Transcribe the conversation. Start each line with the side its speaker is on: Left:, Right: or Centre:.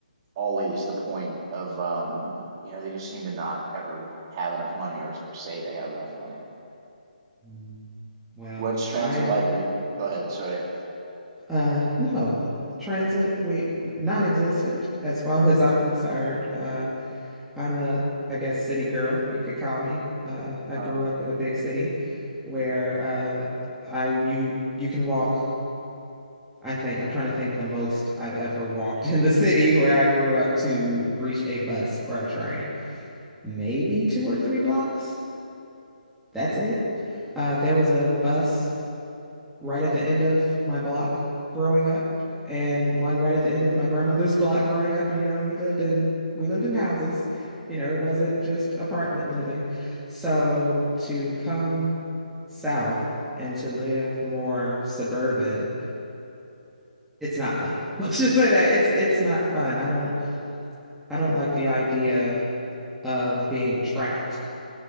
Right: always the point of um, you know, they just seem to not ever have enough money or, or say they have enough money.
Centre: Mm. Well,
Right: What's transit
Centre: I
Right: like? Re- Go ahead. Sorry.
Centre: uh no. Transit, we non-existent as far <laughs> as I'm concerned. Uh I'm a, I guess, city girl, you could call me. Uh, I
Right: Uh,
Centre: grew up in a big city where uh, I you you can walk. I think I'm trying to think the most I've ever walked <laughs> in the city where I grew up to reach a bus or a train, maybe two or three blocks. That's it. Uh, there was a bus right at the end of my block growing up and one right at the end of my grandmother's <laughs> block growing up. You know, and we lived in we lived in houses. You know, it wasn't just apartment living. So to come south and to live more suburban, it's not fun. <laughs> Let's just say that it's it's not fun. I don't I don't like the idea of being trapped